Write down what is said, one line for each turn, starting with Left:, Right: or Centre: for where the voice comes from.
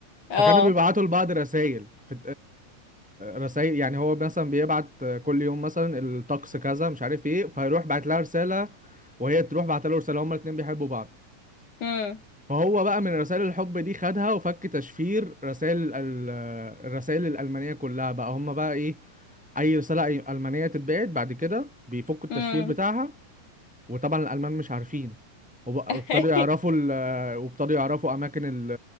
Left: اه
Centre: فكانوا بيبعتوا لبعض رسايل في رسائل يعني هو مثلا بيبعت آه، كل يوم مثلا الطقس كذا مش عارف ايه فيروح بعت لها رسالة وهي تروح بعت له رسالة هما الاتنين بيحبوا بعض
Left: هم
Centre: فهو بقى من رسائل الحب دي خدها وفك تشفير رسائل ال- الرسائل الألمانية كلها بقى هم بقى ايه أي رسالة أي- ألمانية تتبعت بعد كده بيفكوا التشفير
Left: هم
Centre: بتاعها وطبعا الألمان مش عارفين وب- وابتدوا
Left: <laughs>
Centre: يعرفوا ال- وابتدوا يعرفوا أماكن ال-